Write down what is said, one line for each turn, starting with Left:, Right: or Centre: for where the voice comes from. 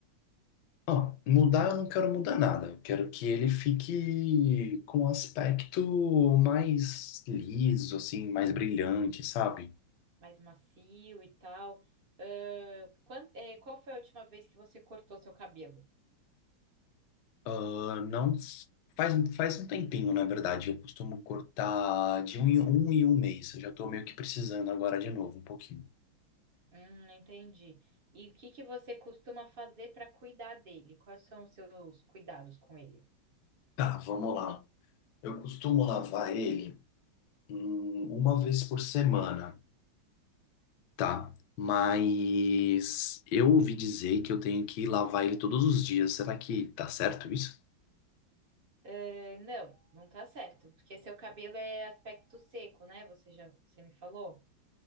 Left: Ó, mudar eu não quero mudar nada. Eu quero que ele fique com um aspecto mais liso, assim, mais brilhante, sabe?
Right: mais macio e tal. Ahn, quan- é, qual foi a última vez que você cortou seu cabelo?
Left: Ah, não faz, faz um tempinho, na verdade. Eu costumo cortar de um em um, em um mês. Eu já tô meio que precisando agora de novo, um pouquinho.
Right: Hum, entendi. E o que que você costuma fazer para cuidar dele? Quais são os seus cuidados com ele?
Left: Tá, vamos lá. Eu costumo lavar ele hum, uma vez por semana. Tá, mas eu ouvi dizer que eu tenho que lavar ele todos os dias. Será que tá certo isso?
Right: Ah, não, não tá certo, porque seu cabelo é aspecto seco, né? Você já, você me falou.